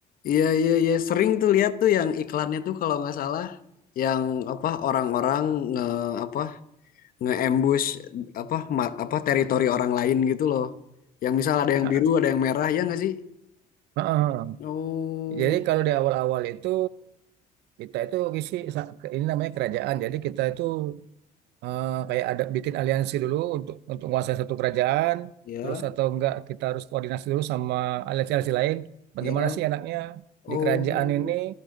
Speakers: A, on the left (about 60°); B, on the right (about 85°).
A: iya iya iya. Sering tuh lihat tuh yang iklannya tuh kalau nggak salah, yang apa orang-orang nge apa nge-ambush apa ma- apa teritori orang lain gitu loh. Yang misal ada yang
B: Ah,
A: biru, ada yang merah, ya nggak sih?
B: ah, ah.
A: Oh,
B: Jadi kalau di awal-awal itu kita itu isi ini namanya kerajaan. Jadi kita itu eh, kayak ada bikin aliansi dulu untuk untuk menguasai satu kerajaan,
A: ya,
B: terus atau enggak kita harus koordinasi dulu sama aliansi-aliansi lain. Bagaimana
A: ya.
B: sih enaknya
A: Oh,
B: di kerajaan ini?